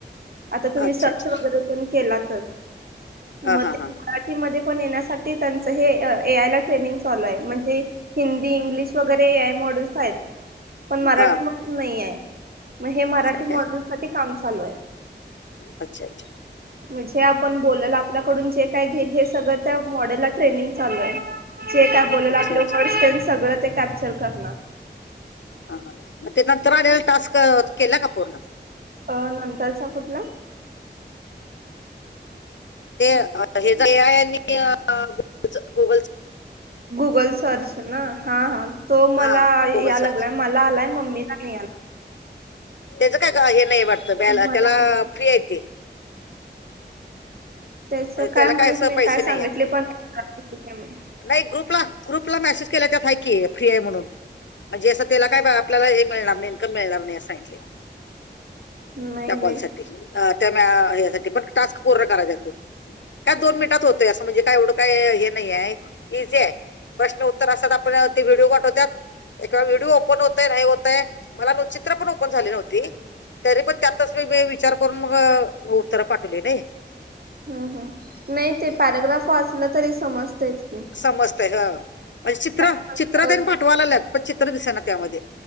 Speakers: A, on the right (about 55°); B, on the left (about 85°).
A: आता तुम्ही
B: अच्छा
A: सर्च
B: अच्छा
A: वगैरे तेंन केला तर
B: हां
A: म
B: हां
A: ते
B: हां
A: मराठी मध्ये पण येण्यासाठी त्यांच हे ए आय ला ट्रे चालू हाय म्हणजे हिंदी, इंग्लिश वगैर एक आय मॉडेल्स आहेत, पण मराठी
B: हां
A: नाहिये म हे मराठी
B: असं आहे काय
A: मॉडेल साठी काम चालू आहे.
B: अच्छा अच्छा
A: म्हणजे आपण बोल्यालो आपल्याकडून जे काय घेईल ते सगळं त्या मॉडेलला ट्रेनिंग चालू हाय जे काय बोलल
B: अच्छा
A: आपले
B: अच्छा
A: वर्ड्स तेन सगळं ते कॅप्चर करणार.
B: हा हा मग ते नंतर आलेलं टास्क केल का पूर्ण.
A: अ नंतरचा कुठला?
B: ते अ हे <inaudible> आणि गुगलंच गुगलच
A: गुगल सर्च ना हा हा तो मला
B: हा गुगल
A: यालागलाय
B: सर्च
A: मला आलाय मम्मीला नाही आला.
B: त्याचं काय हे नाही वाटत बॅल
A: मला
B: त्याला
A: आलाय
B: फ्री आहे ते.
A: त्याच
B: म्हणजे
A: काय
B: त्याला
A: माहित
B: असं
A: नाही
B: पैसे
A: काय सांगितले
B: आहेत
A: पण नाही किती च
B: नाही ग्रुपला ग्रुपला मॅसेज केलय त्यात हाय की फ्री आहे म्हणून. म्हणजे असं त्याला काय बा आपल्याला हे मिळणार नाही इन्कम मिळणार नाही असं सांगितलंय.
A: नाही
B: त्या
A: वे
B: कॉल साठी अ त्या मॅम यासाठी पण टास्क पूर्ण करायचाय तो काय दोन मिनिटात होतोय, असं म्हणजे काय एवढं काय हे नाही हाय. इझी आहे प्रश्न उत्तर असतात, आपण ते व्हिडिओ पाठवत्यात एकवेळ व्हिडिओ ओपन होतय, नाही होतय मला चित्र पण ओपन झाली नव्हती. तरी पण त्यातच मी बी विचार करून मग उत्तरं पाठवली नायी
A: हम्म हम्म नाही ते पॅराग्राफ वाचलं तरी समजतयच.
B: समजतय हा म्हणजे चित्र
A: सांगत
B: चित्र तेन पाठवा लागल्यात पण चित्र दिसना त्यामध्ये.